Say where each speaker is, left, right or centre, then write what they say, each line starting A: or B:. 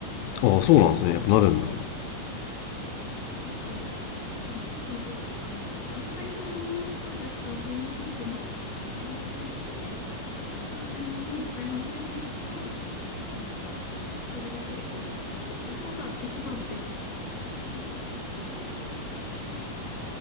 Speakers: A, on the left; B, on the left.
A: どああそうなんですねやっぱなるんだ
B: そう。なので、あの、その、やっぱり、あの、このアルカリ性のものと弱酸性のものをこう混ぜて使うんじゃなくて、ちゃんと弱酸性のものを使い始めるんだったら、あの、それだけでこう統一した方が一番ベストっていうのが最初私が伝えたい